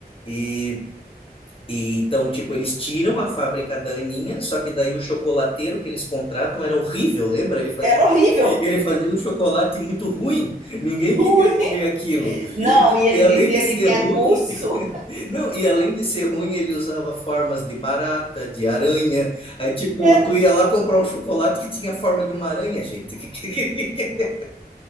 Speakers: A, on the left (about 35°); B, on the right (about 50°).
A: E, e então, tipo, eles tiram a fábrica da Aninha, só que daí o chocolateiro que eles contratam era horrível, lembra? Ele fazia,
B: Era
A: um-
B: horrível.
A: <laughs> ele fazia um chocolate muito ruim, ninguém
B: Ui!
A: queria comer aquilo.
B: Não,
A: E,
B: e ele
A: e além
B: dizia
A: de ser
B: que tinha
A: ruim,
B: curso.
A: não, e além de ser ruim, ele usava formas de barata, de aranha. Aí, tipo,
B: Era,
A: tu ia lá comprar um chocolate que tinha a forma de uma aranha, gente. <laughs> Que, que, que, que-